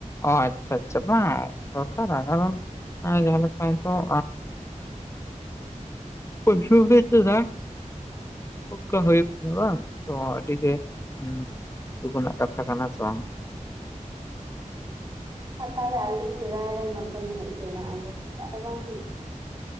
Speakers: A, on the left; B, on the right.
A: ᱚ ᱟᱪᱪᱷᱟ ᱟᱪᱪᱷᱟ ᱵᱟᱝ <unintelligible> ᱡᱟᱦᱟᱸ ᱞᱮᱠᱟ ᱱᱤᱛᱚᱜ
B: <inaudible>
A: <unintelligible> <unintelligible> ᱚᱱᱠᱟ ᱦᱩᱭᱩᱜ ᱜᱮᱭᱟ ᱵᱟᱝ ᱟᱰᱤ ᱜᱮ <unintelligible> ᱨᱮᱱᱟᱜ ᱠᱟᱛᱷᱟ ᱠᱟᱱᱟ ᱥᱮ ᱵᱟᱝ
B: ᱛᱟᱦᱚᱞᱮ ᱟᱹᱰᱤ ᱥᱮᱫᱟᱭ ᱨᱮ ᱱᱚᱛᱮᱢ ᱦᱮᱡ ᱞᱮᱱᱟ ᱟᱞᱮᱥᱮᱫ ᱟᱫᱚ ᱵᱟᱝ ᱦᱩᱭᱩᱜᱼᱟ